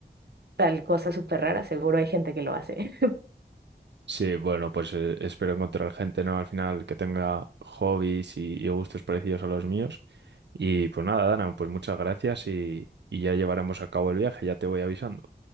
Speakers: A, on the right; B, on the right.
A: tal cosa súper rara, seguro hay gente que lo hace.
B: Sí, bueno, pues eh, espero encontrar gente, ¿no? Al final que tenga hobbies y, y gustos parecidos a los míos. Y pues nada, Dana, pues muchas gracias y, y ya llevaremos a cabo el viaje, ya te voy avisando.